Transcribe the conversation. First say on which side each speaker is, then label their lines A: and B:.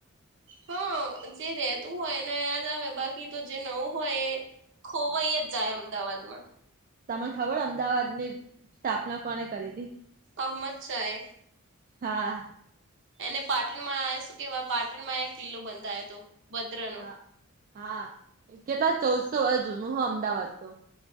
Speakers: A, on the right; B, on the right.
A: હા જે રેતું હોયને યાદ આવે બાકી તો જે નવું હોય એ ખોવાઈ જ જાય અમદાવાદ માં
B: તમને ખબર અમદાવાદ ની સ્થાપના કોને કરી હતી.
A: અહમદ શાહે.
B: હા.
A: એને પાટણમાં આવે શું કેવાય પાટણમાં એક કિલ્લો બંધાયો હતો ભદ્ર નો
B: હા હા કેટલા ચૌદસો વર જુનું હો અમદાવાદ તો.